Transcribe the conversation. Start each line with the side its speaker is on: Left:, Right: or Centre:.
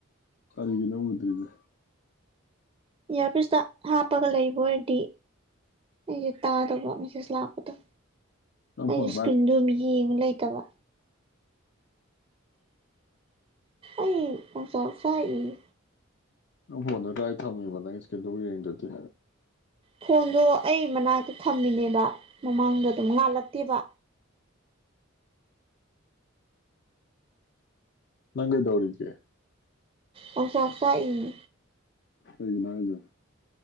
Left: ꯀꯔꯤꯅꯣ ꯎꯗ꯭ꯔꯤꯗꯤ
Right: ꯏꯌꯥꯔꯄꯤꯁꯇ ꯍꯥꯞꯄꯒ ꯂꯩꯕ ꯑꯣꯏꯔꯗꯤ ꯑꯩꯗꯤ ꯇꯥꯗꯕ ꯃꯦꯁꯦꯖ ꯂꯥꯛꯄꯗꯣ
Left: ꯅꯪ
Right: ꯑꯩꯗꯤ
Left: ꯐꯣꯟ
Right: ꯁ꯭ꯀꯔꯤꯟꯗꯣ
Left: ꯄꯥꯏ
Right: ꯑꯗꯨꯝ ꯌꯦꯡꯉ ꯂꯩꯇꯕ ꯑꯩ ꯂꯩꯆꯥꯛ ꯆꯥꯛꯏꯌꯦ
Left: ꯅꯪ ꯐꯣꯟꯗꯣ ꯀꯔꯥꯏ ꯊꯝꯃꯤꯕ ꯅꯪ ꯁ꯭ꯀꯔꯤꯟꯗꯨꯕꯛ ꯌꯦꯡꯗꯔꯗꯤ
Right: ꯐꯣꯟꯗꯣ ꯑꯩ ꯃꯅꯥꯛꯇ ꯊꯝꯃꯤꯅꯦꯕ ꯃꯃꯥꯡꯗ ꯑꯗꯨꯝ ꯉꯥꯜꯂꯛꯇꯦꯕ
Left: ꯅꯪ ꯀꯩꯗꯧꯔꯤꯒꯦ
Right: ꯂꯩꯆꯥꯛ ꯆꯥꯛꯏꯃꯤ
Left: ꯀꯩꯒꯤꯅꯣ ꯍꯥꯏꯖꯦ